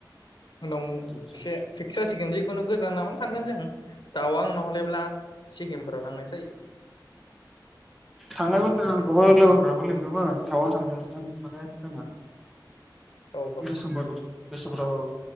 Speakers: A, on the left; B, in the centre.
A: उनाव एसे
B: आदसा
A: फिक्स जासिगोन जिखुनु गोजानावनो थांगोन जों तावां नहलेब्ला सिकिमफोराव थांनाय जायो।
B: थांनाय
A: जाहैनो
B: बोसोर
A: हानाय
B: आंखौबो लोगोफोराबो लिंदोमोन थावां थांदोंमोन माने जोंना
A: औ
B: दिसेम्बर दिसेम्बराव